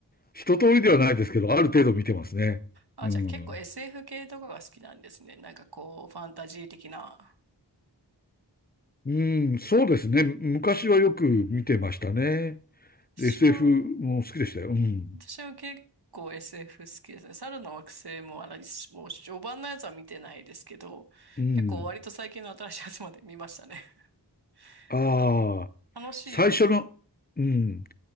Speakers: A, on the left (about 25°); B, on the right (about 65°).
A: 一通りではないですけど、ある程度見てますね。
B: あ、
A: うん。
B: じゃあ結構 SF 系とかが好きなんですね。なんかこう、ファンタジー的な。
A: うん、そうですね。昔はよく見てましたね。
B: 私も、
A: で SF も好きでしたよ。うん。
B: 私も結構 SF 好きですね。猿の惑星も、あの、もう序盤のやつは見てないですけど、
A: うん。
B: 結構割と最近の新しいやつまで見ましたね。<laughs>
A: ああ、
B: た楽しいです。
A: 最初の、うん。